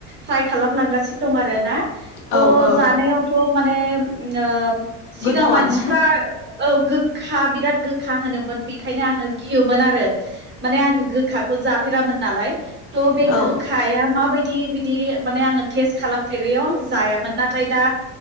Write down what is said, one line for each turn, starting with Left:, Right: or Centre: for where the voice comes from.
Right: ट्राइ खालामलांगासिनो दं आरो ना त'
Left: औ औ
Right: जानायावथ' माने ओम सिगां
Left: गोथावानो
Right: मानसिफ्रा औ। गोखा बिराद गोखा होनोमोन बेखायनो आङो गियोमोन आरो माने आङो गोखाखौ जाफेरामोन नालाय थ' बे
Left: औ
Right: गोखाया माबायदि बिदि माने आङो टेस्ट खालामफेरैयाव आं जाया नाथाय दा